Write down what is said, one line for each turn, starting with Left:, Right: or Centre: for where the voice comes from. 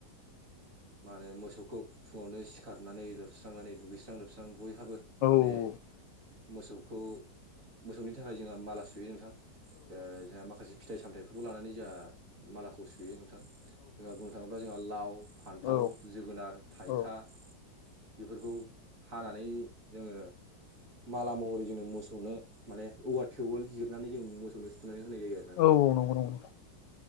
Right: मा होनो मोसौखौ फुङावनो सिखारनानै लोबस्रांनानै दुगैस्रां लोबस्रां बयहाबो माने
Left: औ
Right: मोसौखौ मोसौनि <unintelligible> थाखाय जोंहा माला सुयो नोंथां ओ जोंहा माखासे फिथाइ सामथाइफोरखौ लानानै जाहा मालाखौ सुयो नोंथां जोंहा बुंनो थाङोब्ला जोंहा लाव फान्थाव
Left: औ
Right: जोगोनार थाइखा
Left: औ
Right: बिफोरखौ हानानै जोङो माला महरै जोंनो मोसौनो माने औवा थेवोल जिरनानै जों मोसौनो सुनानै होनाय जायो आरोना नोंथां।
Left: औ नंगौ नंगौ